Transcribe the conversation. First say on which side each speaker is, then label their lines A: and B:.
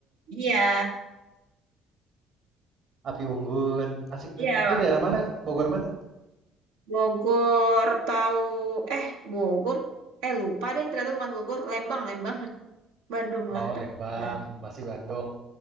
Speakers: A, on the right; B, on the right.
A: iya
B: api unggun, asik
A: iya
B: tuh. Itu daerah mana? Bogor mana?
A: Bogor tahu eh Bogor eh lupa deh ternyata bukan Bogor Lembang Lembang <laughs> Bandung lah
B: Oh, Lembang,
A: Mm,
B: pasti Bandung.